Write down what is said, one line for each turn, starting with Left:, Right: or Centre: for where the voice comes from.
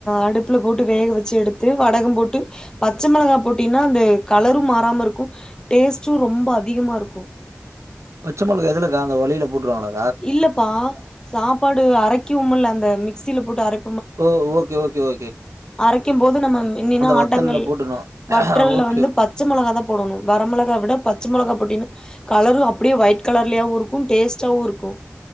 Left: அடுப்புல போட்டு வேக வெச்சு எடுத்து வடகம் போட் டு பச்ச மெளகாய் போட்டீனா அந்த கலரு மாறாம இருக்கு டேஸ்ட்டு ரொம்ப அதிகமா இருக்கு
Right: பச்ச மெளகா எதுலக்கா அந்த வழியில போட்டுறாங்களே
Left: இல்லப்பா சாப்பாடு அரைக்குவோமுல்ல அந்த மிக்சில போட்டு அரை
Right: ஓ ஓகே ஓகே ஓ
Left: அரைக்கும் போது நம்ம முன்னின ஆட்டங்கள்
Right: வத்தல்ல போட்றணு
Left: வற்றல்ல
Right: ஓகே
Left: வந்து பச்ச மெள <unintelligible> தா போடணும் வரமிளகா விட பச்ச மொளகா போட்டினா கலரும் அப்டே ஒயிட் கலர்லியாவுருக்கு டேஸ்டாவு இருக்கு